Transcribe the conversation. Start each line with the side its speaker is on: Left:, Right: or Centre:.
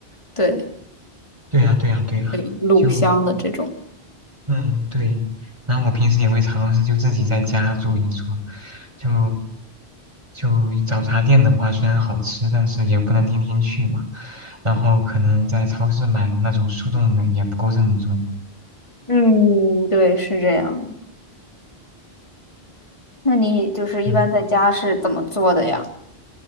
Left: 对
Right: 对呀，对呀，对呀，
Left: 对，卤香的这种。
Right: 就嗯对，然后我平时也会尝试就自己在家做一做，就就早茶店的话虽然好吃，但是也不能天天去嘛，然后可能在超市买的那种速冻的也不够正宗，
Left: 嗯，对，是这样的。那你就是一般在家是怎么做的呀？
Right: 嗯。